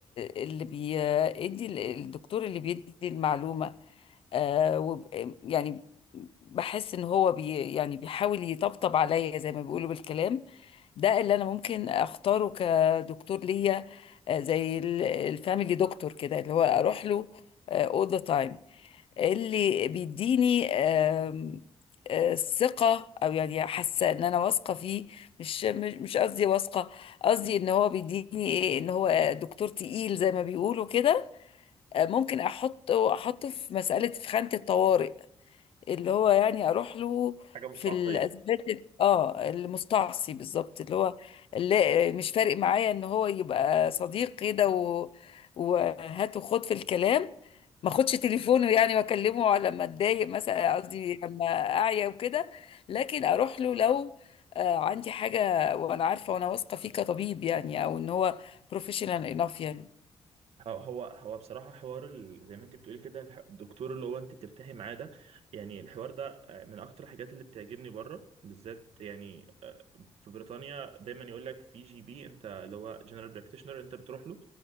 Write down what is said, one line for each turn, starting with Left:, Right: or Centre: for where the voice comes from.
Left: اللي بيدي ال- الدكتور اللي بيدي المعلومه آه، وب- يعني بحس ان هو بي يعني بيحاول يطبطب عليا زي ما بيقولوا بالكلام ده اللي انا ممكن اختاره كدكتور ليا آه، زي ال- الفاميلي دكتور كده اللي هو اروح له آه، all the time اللي بيديني آم، آه، ثقة أو يعني حاسة إن أنا واثقة فيه مش مش مش قصدي واثقة قصدي إن هو بيديني إيه إن هو دكتور تقيل زي ما بيقولوا كده آه، ممكن أحطه أحطه في مسألة في خانة الطوارئ اللي هو يعني اروح له
Right: حاجة مش
Left: في
Right: تعاطية
Left: الازمات ال- اه المستعصي بالظبط اللي هو اللي مش فارق معايا ان هو يبقى صديق كده و... وهات وخد في الكلام ما اخدش تليفونه يعني واكلمه على لما اتضايق مثلا قصدي لما اعيا وكده لكن اروح له لو آه، عندي حاجه وانا عارفه وانا واثقه فيه كطبيب يعني او ان هو بروفيشنال انف يعني
Right: هو هو هو بصراحة حوار ال... زي ما انت بتقولي كده الح- الدكتور اللي هو انت بترتاحي معاه ده يعني الحوار ده آه، من اكتر الحاجات اللي بتعجبني بره بالذات يعني آه، في بريطانيا دايما يقول لك في جي بي انت اللي هو جنرال براكتيشنر انت بتروح له